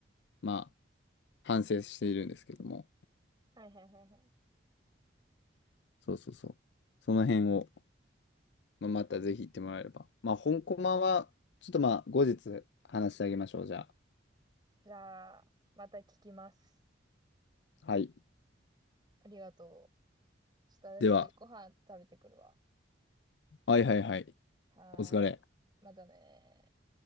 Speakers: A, on the left (about 65°); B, on the right (about 20°).
A: まあ、反省しているんですけども。
B: はいはいはいはい。
A: そうそうそう。その辺を、まあ、またぜひ行ってもらえれば。まあ、本コマは、ちょっとまあ、後日話してあげましょう。じゃあ。
B: じゃあ、また聞きます。
A: はい。
B: ありがとう。ちょっと私、
A: では、
B: ご飯食べてくるわ。
A: はいはいはい。
B: はーい。
A: お疲れ。
B: またねー。